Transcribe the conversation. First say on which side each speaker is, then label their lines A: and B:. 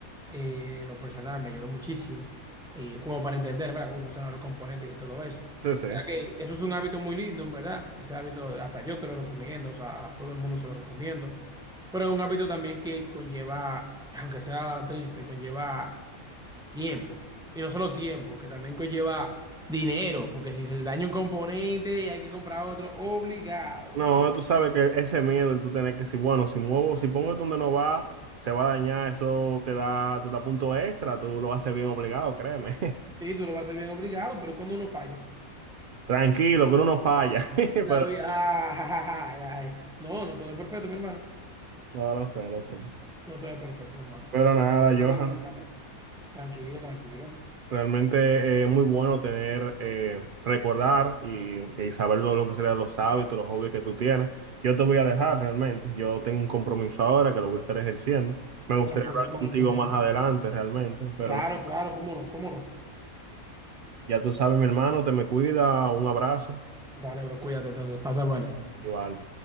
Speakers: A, in the centre; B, on the right (about 75°).
A: eh, en lo personal, me ayudó muchísimo, y como para entender, ¿verdad?, cómo funcionan los componentes y todo eso.
B: Sí, sí.
A: Mira que eso es un hábito muy lindo, en verdad, y ese hábito hasta yo te lo recomiendo, o sea, a todo el mundo se lo recomiendo. Pero es un hábito también que conlleva, aunque sea triste, conlleva tiempo. Y no solo tiempo, que también conlleva dinero, porque si se daña un componente hay que comprar otro, obligado,
B: No,
A: mi hermano.
B: tú sabes que ese miedo de tú tener que decir, bueno, si muevo, si pongo esto donde no va, se va a dañar, eso te da, te da punto extra, tú lo haces bien obligado, créeme. <laughs>
A: Sí, tú lo vas a hacer bien obligado, pero ¿y cuando uno falla,
B: Tranquilo, que uno no falla, <laughs>
A: la
B: pero
A: vida... No, no todo es perfecto, mi hermano.
B: no, no sé, no sé.
A: No todo es perfecto, mi hermano.
B: Pero nada, Johan,
A: Nada, mi hermano. Tranquilo, tranquilo.
B: realmente eh, es muy bueno tener, eh, recordar y, y saber lo, lo que serían los hábitos, los hobbies que tú tienes. Yo te voy a dejar realmente, yo tengo un compromiso ahora que lo voy a estar ejerciendo. Me gustaría
A: No hay problema,
B: hablar contigo
A: no hay problema.
B: más adelante realmente, pero
A: Claro,
B: nada,
A: claro, cómo no, cómo no.
B: ya tú sabes, mi hermano, te me cuida, un abrazo,
A: Dale, bro, cuídate entonces, pasa buenas.
B: igual.